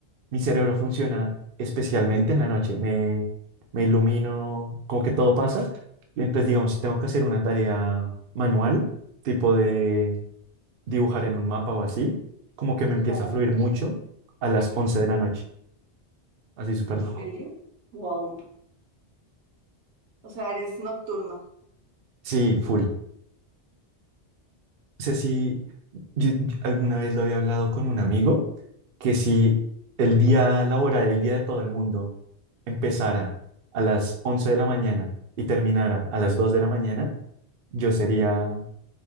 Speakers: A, on the right; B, on the right.
A: mi cerebro funciona especialmente en la noche. Me, me ilumino, como que todo pasa. Y entonces, digamos, si tengo que hacer una tarea manual, tipo de dibujar en un mapa o así, como que me
B: Ajá.
A: empieza a fluir mucho a las 11 de la noche. Así súper
B: ¿En serio?
A: loco.
B: Wow. O sea, eres nocturno.
A: Sí, full. O sea, sí, yo- yo alguna vez lo había hablado con un amigo, que si el día laboral, el día de todo el mundo, empezara a las 11 de la mañana y terminara a las 2 de la mañana, yo sería